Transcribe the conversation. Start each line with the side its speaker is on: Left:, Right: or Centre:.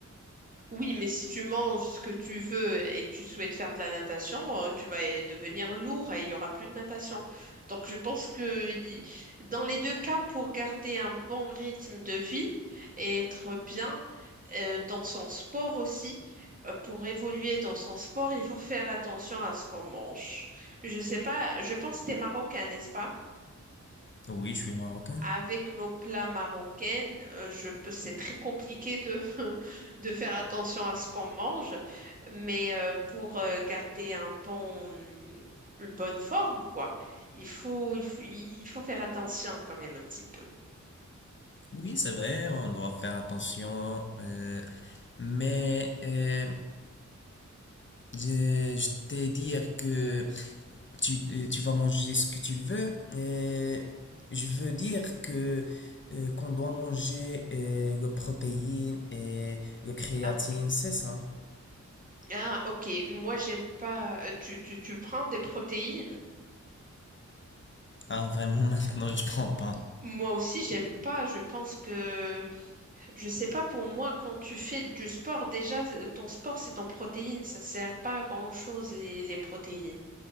Right: Oui, mais si tu manges ce que tu veux et tu souhaites faire de la natation, euh, tu vas euh, devenir lourd et il y aura plus de natation. Donc, je pense que y- dans les deux cas, pour garder un bon rythme de vie et être bien euh, dans son sport aussi, euh, pour évoluer dans son sport, il faut faire attention à ce qu'on mange. Je sais pas, je pense que tu es marocain, n'est-ce pas?
Left: Oui, je suis marocain.
Right: Avec nos plats marocains, euh, je peux, c'est très compliqué de, <laughs> de faire attention à ce qu'on mange, mais euh, pour euh, garder un bon, hum, une bonne forme, quoi, il faut, il faut, il faut faire attention quand même un petit peu.
Left: Oui, c'est vrai, on doit faire attention. euh, mais euh, je, je t'ai dire que tu, euh, tu vas manger ce que tu veux. Euh, je veux dire que euh, qu'on doit manger euh, le protéine et le créatine,
Right: Ah, ok.
Left: c'est ça?
Right: Ah, ok. Moi, j'aime pas. euh, Tu, tu, tu prends des protéines?
Left: Ah, vraiment, <laughs> maintenant, je prends pas.
Right: Moi aussi, j'aime pas. Je pense que Je sais pas, pour moi, quand tu fais du sport, déjà, c'est- ton sport, c'est en protéines. Ça sert pas à grand-chose, les, les protéines.